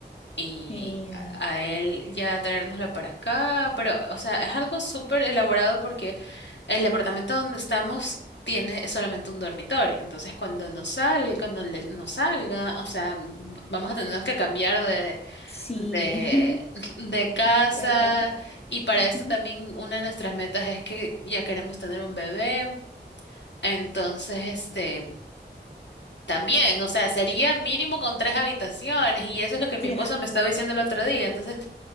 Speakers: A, on the left; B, on the left.
A: Y
B: Genial.
A: a a él ya traérnoslo para acá, pero o sea, es algo súper elaborado porque el departamento donde estamos tiene solamente un dormitorio. Entonces, cuando nos sal, cuando le- nos salga, o sea, m- vamos a tener que cambiar
B: Sí,
A: de,
B: <laughs>
A: <laughs> de casa
B: departamento.
A: y para
B: Ujú.
A: esto también una de nuestras metas es que ya queremos tener un bebé, entonces este también, o sea, sería mínimo con tres habitaciones y eso es lo que mi
B: Ya,
A: esposo me estaba diciendo el otro día, entonces